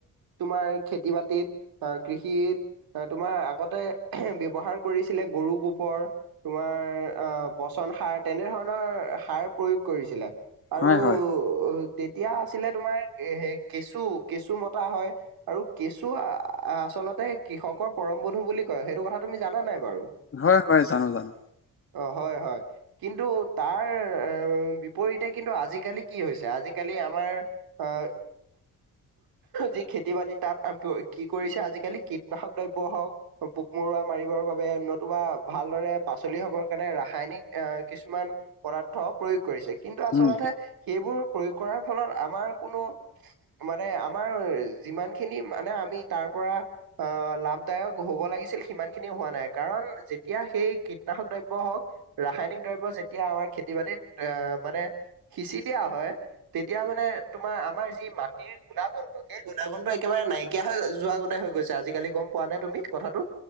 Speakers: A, on the right; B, on the left.
A: তোমাৰ খেতি বাতিত অ কৃষি তোমাৰ আগতে ব্য্ৱহাৰ কৰিছিলে গৰু গৰ তোমাৰ আহ, পচন সাৰ তেনেধৰণৰ সাৰ প্ৰয়োগ কৰিছিলে আৰু
B: হয় হয়
A: তেতিয়া আছিলে তোমাৰ এ কেচু - কেচু মতা হয় আৰু কেচু আচলতে কৃষকৰ পৰম বন্ধু বুলি কয় সেইটো কথা তুমি জানা নাই বাৰু
B: হয় হয় জানো জানো
A: অ, হয় - হয় কিন্তু তাৰ বিপৰীতে কিন্তু আজিকালি কি হৈছে আজিকালি আমাৰ আহ যি খেতি বাতি তাত কি কৰিছে আজিকালি কীটনাশক দ্ৰব্য হওক। পোক মৰুা মাৰিবৰ বাবে নতুবা ভালদৰে পাচলি হব কাৰণে ৰাসায়নিক আহ কিছুমান পদাৰ্থ প্ৰয়োগ কৰিছে কিন্তু আচলতে
B: উম
A: সেইবোৰ প্ৰয়োগ কৰাৰ ফলত আমাৰ কোনো মানে আমাৰ যিমানখিনি মানে আমি তাৰ আহ লাভদায়ক হব লাগিছিল সিমান খিনি হোৱা নাই কাৰণ যেতিয়া সেই কীটনাশক দায় দ হওক ৰাসায়নিক দ্ৰব্য যেতিয়া আমাৰ খেতি বাতিত আহ মানে সিচি দিয়া হয় তেতিয়া মানে তোমাৰ আমাৰ যি মাটিৰ গুণাগুণটো সেই গুণাগুণটো একেবাৰে নাইকিয়া হৈ যোৱা আগতে গৈছে আজিকালি গম পোৱা নাই তুমি কথাটো।